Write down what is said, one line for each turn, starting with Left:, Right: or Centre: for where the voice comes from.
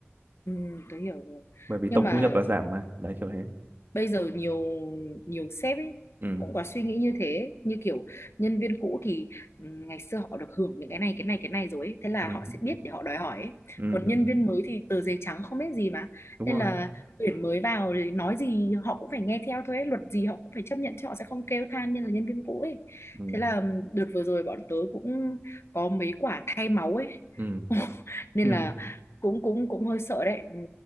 Left: ừ, tôi hiểu rồi.
Right: bởi vì
Left: Nhưng
Right: tổng
Left: mà
Right: thu nhập là giảm mà đấy kiểu thế
Left: bây giờ nhiều nhiều sếp ấy
Right: ừ
Left: cũng có suy nghĩ như thế như kiểu nhân viên cũ thì ừm, ngày xưa họ được hưởng những cái này cái này cái này rồi ấy. Thế là
Right: ừ
Left: họ sẽ biết để họ đòi hỏi ấy.
Right: ừ
Left: Còn
Right: ừ
Left: nhân viên mới thì tờ giấy trắng không biết gì mà
Right: đúng
Left: nên
Right: rồi
Left: là tuyển mới vào thì nói gì họ cũng phải nghe theo thôi ấy. Luật gì họ cũng phải chấp nhận chứ họ sẽ không kêu than như là nhân viên cũ ấy
Right: ừ
Left: thế là ừm, đợt vừa rồi bọn tớ cũng có mấy quả thay máu ấy
Right: ừ
Left: <laughs> nên
Right: <laughs> ừ
Left: là cũng cũng cũng hơi sợ đấy Ừm,